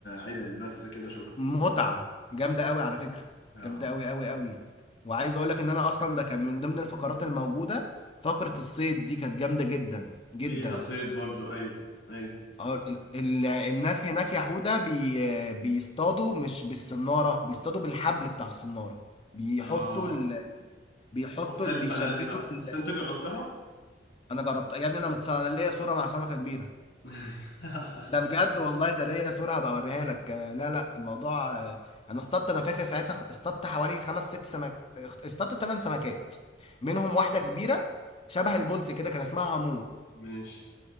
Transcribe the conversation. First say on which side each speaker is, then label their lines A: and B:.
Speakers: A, on the left (about 65°); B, on the left (about 30°).
A: عدل بس كده شكرا
B: متعه جامده قوي على فكره
A: اه
B: جامده قوي قوي قوي وعايز اقول لك ان انا اصلا ده كان من ضمن الفقرات الموجوده فقره الصيد دي كانت جامده جدا جدا
A: فيها صيد برضو ايوه ايوه
B: اه، ال- ال- الناس هناك يهودا بي بيصطادوا مش بالصنارة بيصطادوا بالحبل بتاع الصنارة بيحطوا
A: اه
B: ال... بيحطوا
A: دي مختلفة
B: ال... بيشبتوا
A: ده دي بقى
B: ال...
A: بس انت جربتها
B: انا جربت يا ابني انا متص... انا ليا صورة مع سمكة كبيرة
A: <laughs>
B: ده بجد والله ده ليا صورة هبقى اوريها لك آه، لا لا الموضوع آه، انا اصطدت انا فاكر ساعتها خ- اصطدت حوالي خمس ست سمك اخت- اصطدت ثمان سمكات منهم واحدة كبيرة شبه البولت كده كان اسمها هامور
A: ماشي